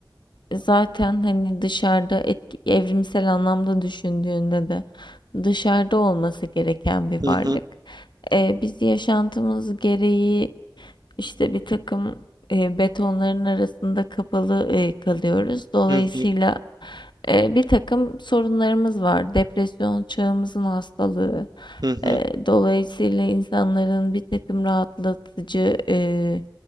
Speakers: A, on the left; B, on the right.
A: zaten hani dışarıda etki, evrimsel anlamda düşündüğünde de dışarıda olması gereken bir
B: Hı
A: varlık.
B: hı
A: Ee, biz yaşantımız gereği işte bir takım e, betonların arasında kapalı e, kalıyoruz. Dolayısıyla
B: hı hı
A: e, bir takım sorunlarımız var. Depresyon çağımızın hastalığı.
B: hı hı.
A: E, dolayısıyla insanların bir takım rahatlatıcı e,